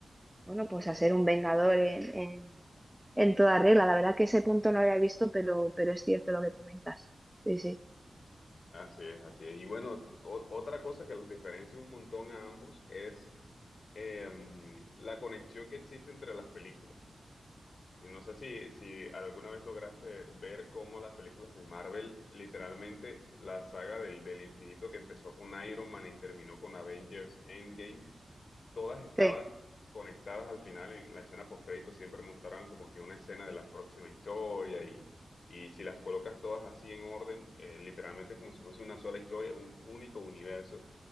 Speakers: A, in the centre; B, on the left (about 60°).
A: bueno, pues a ser un vengador en, en- en toda regla, la verdad que ese punto no lo había visto, pero, pero es cierto lo que comentas. Sí, sí,
B: Así es, así es. Y bueno, o- otra cosa que los diferencia un montón a ambos es em, la conexión que existe entre las películas. Y no sé si, si alguna vez lograste ver cómo las películas de Marvel, literalmente la saga del, del infinito que empezó con Iron Man y terminó con Avengers Endgame, todas estaban
A: sí,
B: conectadas al final en la escena postcrédito, siempre mostraban como que una escena de la próxima historia y, y si las colocas todas así en orden, eh, literalmente es como si fuese una sola historia, un único universo.